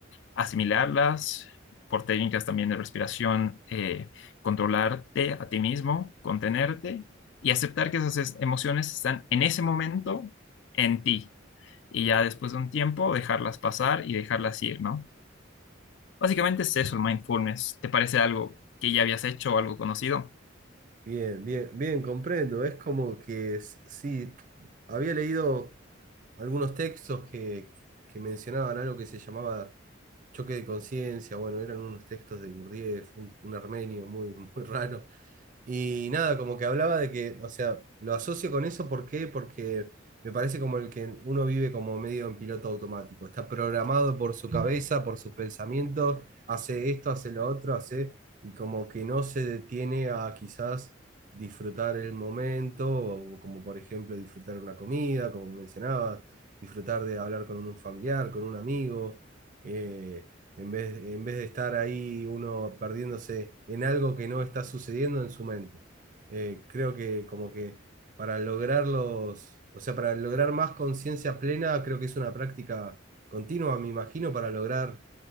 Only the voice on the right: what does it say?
Bien, bien, bien, comprendo. Es como que s- sí, había leído algunos textos que, que mencionaban algo que se llamaba Choque de conciencia, bueno, eran unos textos de Gurdjieff, un, un armenio muy, <laughs> muy raro. Y nada, como que hablaba de que, o sea, lo asocio con eso, ¿por qué? Porque me parece como el que uno vive como medio en piloto automático, está programado por su cabeza, por sus pensamientos, hace esto, hace lo otro, hace, y como que no se detiene a quizás disfrutar el momento, o como por ejemplo disfrutar una comida, como mencionabas, disfrutar de hablar con un familiar, con un amigo eh, en vez, en vez de estar ahí uno perdiéndose en algo que no está sucediendo en su mente. Eh, creo que como que para lograr los, o sea, para lograr más conciencia plena, creo que es una práctica continua, me imagino, para lograr,